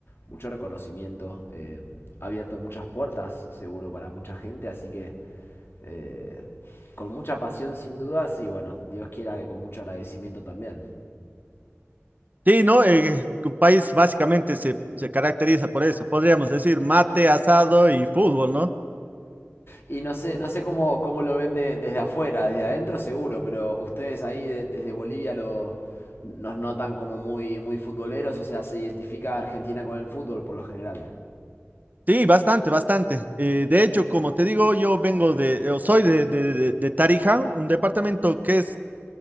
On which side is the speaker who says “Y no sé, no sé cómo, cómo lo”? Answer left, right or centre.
Left